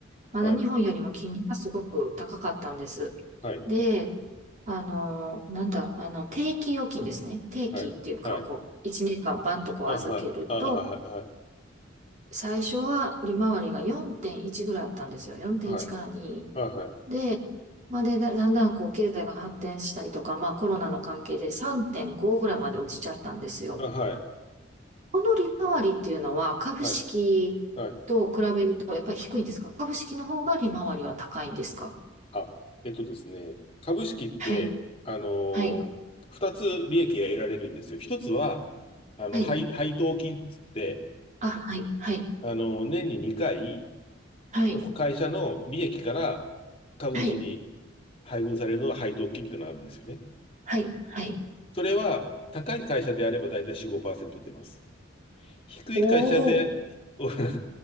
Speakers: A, on the right (about 35°); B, on the left (about 30°).
A: まだ日本よりも金利がすごく高かったんです。
B: はい。はい。
A: で、あの、なんだ、あの、定期預金ですね。定期っていうか、
B: はい。はい。
A: こう、1年間バンとこう預けると、
B: あ、はい。あ、あはい。はい。
A: 最初は利回りが4.1ぐらいあったんですよ。4.1から2
B: はい。あ、はい。
A: で、まあ、で、だだんだんこう経済が発展したりとか、まあ、コロナの関係で3.5ぐらいまで落ちちゃったんですよ。
B: うん。あ、はい。
A: この利回りっていうのは株式と比べるとやっぱり低いんですか株式の方が利回りは高いんですか
B: はい。はいあ、えっとですね、株式って、
A: はい、
B: あのー、
A: はい、
B: 二つ利益が得られるんですよ。一つは、あの、
A: はい。
B: 配、配当金っつって、
A: あ、はい、はい、
B: あのー、年に2回、
A: はい、
B: その会社の利益から株主に
A: はい、
B: 配分されるのが配当金っていうのがあるんですよね。
A: はい、はい。
B: それは、高い会社であればだいたい4、5%出ます。低い会社で、
A: おお、
B: <laughs>